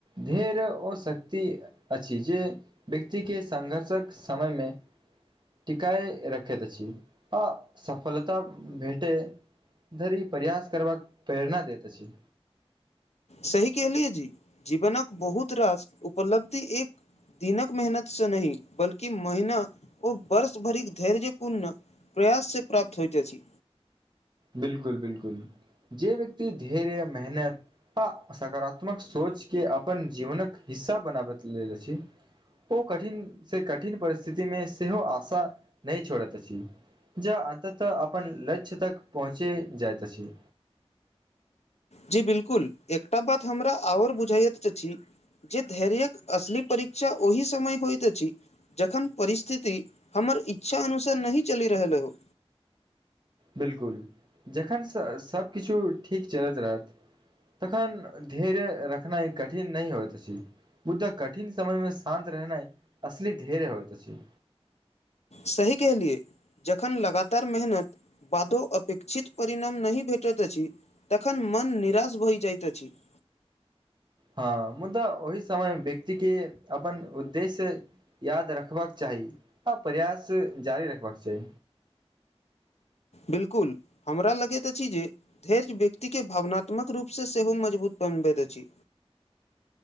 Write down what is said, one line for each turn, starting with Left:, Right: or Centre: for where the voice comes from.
Right: धैर्य ओ शक्ति अछि जे व्यक्ति के सा संघर्षक समयमे टिकाइ रखैत छी आ सफलता भेटै धरी प्रयास करबाक प्रेरणा दैत अछि
Left: सही केहलियै जी जीवनक बहुत रास उपलब्धि एक दिनक मेहनत सँ नहि बल्कि महिना ओ वर्ष भरिक धैर्यपूर्ण प्रयास से प्राप्त होइत अछि
Right: बिलकुल बिलकुल जे व्यक्ति धैर्य मेहनत आ सकारात्मक सोच के अपन जीवनक हिस्सा बनाबैत लेल अछि ओ कठिनसँ कठिन परिस्थितिमे सेहो आशा नहि छोड़ैत अछि जँ अततः अपन लक्ष्य तक पहुँचे जाइत अछि
Left: जी बिलकुल एकटा बात हमरा आओर बुझाइत अछि जे धैर्यक असली परीक्षा ओहि समय होयत अछि जखन परिस्थिति हमर इच्छा अनुसार नहि चलि रहलै हो
Right: बिलकुल जखन स सभकिछु ठीक चलैत रहत तखन धैर्य रखनाइ कठिन नहि होइत अछि मुुदा कठिन समय मे शान्त रहनाइ असली धैर्य होइत अछि
Left: सही कहलिए जखन लगातार मेहनत बादो अपेक्षित परिणाम नहि भेटैत अछि तखन मन निराश भइ जाइत अछि <inaudible>
Right: हँ मुदा ओहि समयमे व्यक्ति केर अपन उद्देश्य याद रखबाक चाही आ प्रयास जारी रखबाक चाही
Left: बिल्कुल हमरा लगैत अछि जे धैर्य व्यक्तिके भावनात्मक रूपसँ सेहो मजबूत बनाबैत अछि